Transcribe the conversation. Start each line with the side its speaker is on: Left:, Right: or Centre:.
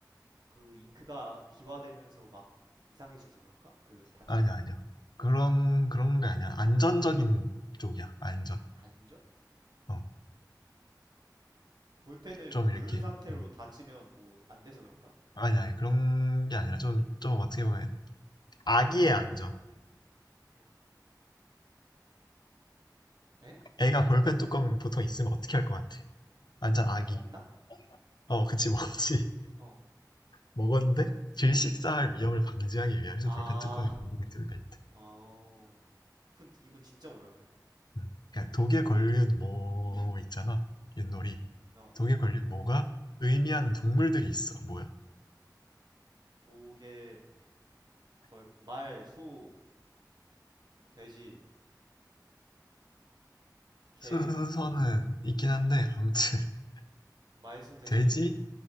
Right: 그 잉크가 기화되면서 막 이상해져서 그런가? 그 닫혀
Left: 아니야
Right: 있으면?
Left: 아니야 그런 그런 게 아니야 안전적인 쪽이야 안전
Right: 안전?
Left: 어
Right: 볼펜을
Left: 좀
Right: 그
Left: 이렇게
Right: 누른
Left: 어.
Right: 상태로 다치면 뭐 안 돼서 그런가?
Left: 아니야 아니, 그런 게 아니라 좀 좀 어떻게 보면 아기의 안전에
Right: 에?
Left: 애가 볼펜 뚜껑 보통 있으면 어떻게 할 것 같아? 완전 아기.
Right: 먹나?
Left: 어, 그치, 먹지. <laughs>
Right: 어,
Left: 먹었는데 질식사할
Right: 어.
Left: 위험을 방지하기 위해서
Right: 아,
Left: 볼펜 뚜껑에 고무이
Right: <laughs>
Left: 들어 있대.
Right: 어. 훈, 이건 진짜 몰랐네.
Left: 음. 그러니까 독에 걸린 모 있잖아,
Right: 음,
Left: 윷놀이.
Right: 어.
Left: 독에 걸린 모가 의미하는 동물들이 있어. 뭐야?
Right: 도, 개, 걸, 말, 소, 돼지, 개.
Left: 순- 순서는 있긴 한데 아무튼
Right: 어.
Left: <laughs>
Right: 말, 소, 돼지,
Left: 돼지,
Right: 개.